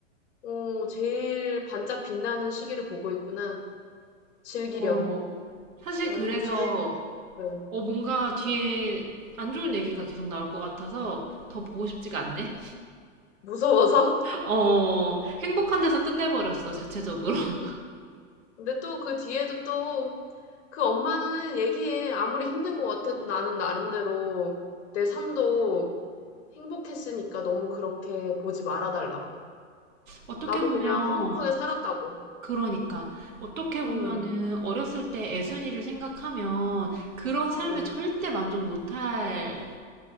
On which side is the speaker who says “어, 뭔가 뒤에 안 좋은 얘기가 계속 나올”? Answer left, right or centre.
Right